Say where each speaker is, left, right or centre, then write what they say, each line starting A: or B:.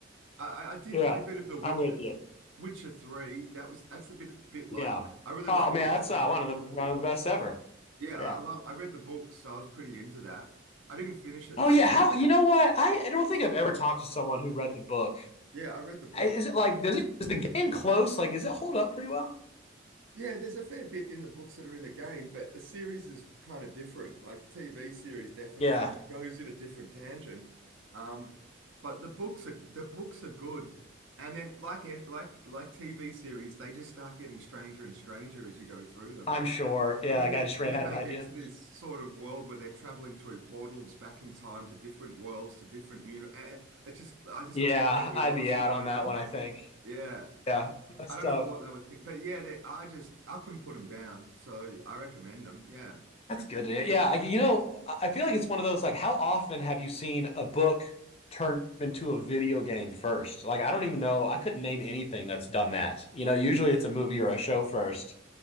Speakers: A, on the right; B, on the left.
A: I I
B: <laughs>
A: I did
B: yeah,
A: play a bit of The Witcher,
B: I'm with you.
A: Witcher Three. That was that's a bit bit like
B: Yeah.
A: I really
B: Oh
A: liked
B: man,
A: The Witcher.
B: that's uh, one of the one of the best ever.
A: Yeah, I
B: Yeah.
A: love. I read the books, so I was pretty into that. I didn't finish it though.
B: Oh yeah, how you know what? I, I don't think I've ever talked to someone who read the book.
A: Yeah, I read the book.
B: I- Is it like does it is the game close? Like, is it hold up pretty well?
A: Yeah, there's a fair bit in the books that are in the game, but the series is kind of different. Like the TV series definitely
B: Yeah,
A: goes in a different tangent. Um, but the books are the books are good. And then like it- like like TV series, they just start getting stranger and stranger as you go through them.
B: I'm sure. Yeah,
A: And then
B: I just
A: they
B: ran
A: and then
B: out
A: they
B: of ideas.
A: get to this sort of world where they're traveling through portals back in time to different worlds, to different uni- eh, eh, It just I just
B: Yeah,
A: got completely
B: I'd
A: lost,
B: be out
A: you know
B: on
A: what
B: that
A: I mean?
B: one, I think.
A: Yeah.
B: Yeah, that's
A: I
B: tough.
A: don't know what they were thinking, but yeah, they, I just I couldn't put them down, so I recommend them. Yeah,
B: That's good. to- hear. Yeah, I, you know, I I feel like it's one of those like, how often have you seen a book turned into a video game first? Like, I don't even know. I couldn't name anything that's done that. You know, usually it's a movie or a show first